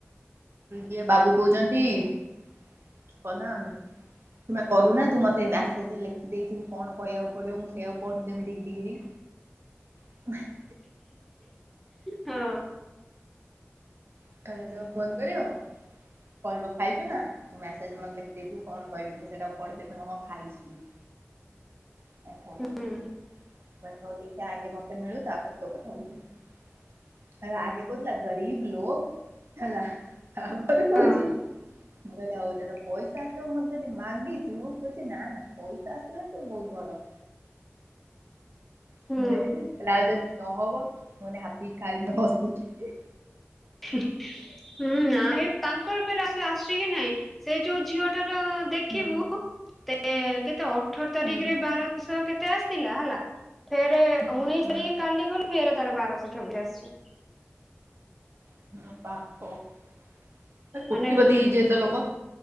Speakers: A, on the right; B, in the centre.
A: ଯିଏ ବାବୁ କହୁଛନ୍ତି <unintelligible> ତୁ କରୁନା ତୁ ମତେ ମେସେଜ ଲେଖି ଦେଇଥିବୁ କଣ କହିବାକୁ ପଡିବ ମୁଁ ସେଆକୁ <unintelligible>
B: <inaudible>
A: <unintelligible>
B: ହଁ।
A: <unintelligible> ଖାଇଛୁ ନା ମସେଜ ମତେ ଲେଖି ଦେଇଥିବୁ କଣ କହିବି ମୁଁ ସେଇଟାକୁ ପଢି ଦେବି ହଁ ଖାଇଛି। <unintelligible>
B: ହଁ
A: <unintelligible> <unintelligible>
B: ହଁ।
A: ମୁଁ <unintelligible> ପଇସା ଆସିବ ମତେ ଯଦି ମାଗିଛୁ କହୁଛି ନା ନା ପଇସା ଆସିଲ ତୁ ବହୁତ ଭଲ।
B: ହୁଁ
A: <unintelligible>
B: <unintelligible> ଆସୁଛି କି ନାହିଁ ସେ ଯୋଉ ଝିଅଟାର ଦେଖିବୁ
A: ହୁଁ
B: କେତେ ଅଠର ତାରିଖରେ
A: ହୁଁ
B: ବାରଶହ କେତେ ଆସିଲା ହେଲା। ଫେର ଉଣେଇଶି
A: ହୁଁ
B: ତାରିଖ କାଲି ଗଲେ ଫେର ତାର ବାରଶହ ଛବିଶ ଆସିଛି।
A: <unintelligible>
B: ମାନେ